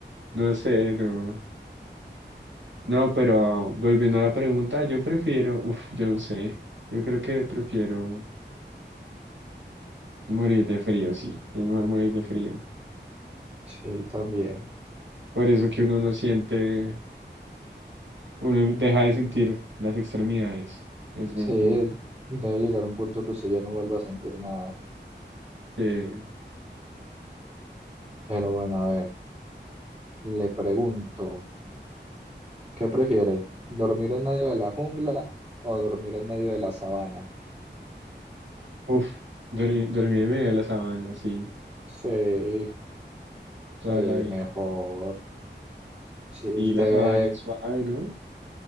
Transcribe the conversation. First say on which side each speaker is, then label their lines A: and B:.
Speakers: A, on the right; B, on the right.
A: No sé, no. No, pero volviendo a la pregunta, yo prefiero, uf, yo no sé. Yo creo que prefiero morir de frío, sí. Es mejor morir de frío.
B: Sí, también.
A: Por eso que uno no siente, uno deja de sentir las extremidades. Es buen
B: Sí,
A: punto.
B: debe llegar un punto que usted ya no vuelva a sentir nada.
A: Eh,
B: Pero bueno, a ver, le pregunto. ¿Qué prefiere? ¿Dormir en medio de la jungla o dormir en medio de la sabana?
A: uf, dormir, dormir en medio de la sabana, sí,
B: Sí, sí,
A: toda la vida.
B: mejor. Si
A: Y
B: usted
A: la sabana
B: ve,
A: es suave, ¿no?